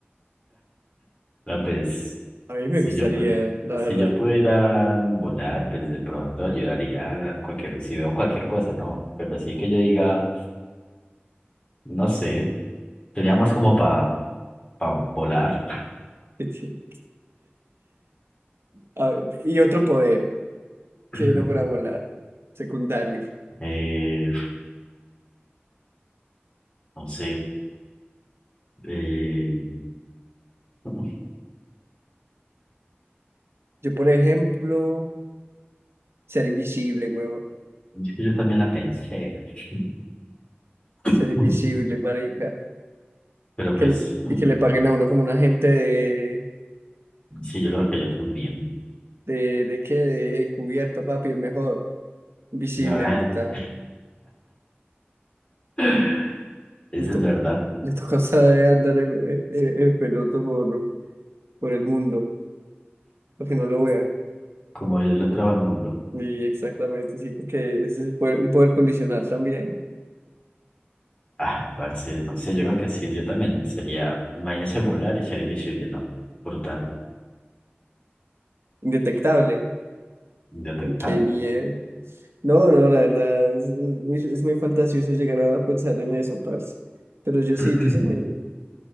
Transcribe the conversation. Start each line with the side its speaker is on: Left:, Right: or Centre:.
Left: No, pues,
Right: A mí me
Left: si
Right: gustaría,
Left: yo, pu-
Right: la
Left: si
Right: verdad.
Left: yo pudiera volar, pues de pronto ayudaría a cualquier, si veo cualquier cosa, ¿no? Pero así que yo diga, no sé, sería más como para volar.
Right: <laughs> A- y otro poder que
Left: <clears throat>
Right: no fuera volar, secundario.
Left: Eh, no sé, eh, <laughs>
Right: Yo, por ejemplo, Ser invisible, huevo.
Left: Es que yo también la pensé. <coughs> <laughs>
Right: Ser invisible, marica.
Left: Pero
Right: Que,
Left: pues,
Right: le-
Left: mm,
Right: y que le paguen a uno como un agente de...
Left: sí, yo creo que yo también.
Right: ¿De, de qué? De encubierto, papi, el mejor. Invisible,
Left: La verdad,
Right: brutal.
Left: <coughs> en- <laughs> eso
Right: Le tocó,
Left: es verdad.
Right: le tocó saber andar en, en- en- en peloto por, por el mundo, porque no lo vean.
Left: Como Dios lo trajo al mundo.
Right: Y exactamente, sí, porque ese es el poder- un poder condicional también.
Left: Ah, parce, no sé, yo creo que sí, yo también sería, imagínese volar y ser invisible, ¿no? Brutal,
Right: Indetectable.
Left: indetectable.
Right: Ay, Qué miedo.
Left: <coughs>
Right: No, no, la verdad, es muy, es muy fantasioso llegar a pensar en eso, parce. Pero yo sí,
Left: <clears throat>
Right: yo sí me,